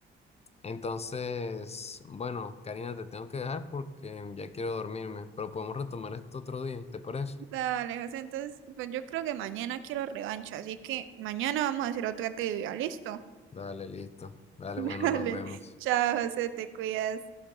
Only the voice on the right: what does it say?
Dale, José, entonces, pues yo creo que mañana quiero revancha, así que mañana vamos a hacer otra trivia, ¿listo?
<laughs> Dale,
chao, José, te cuidas.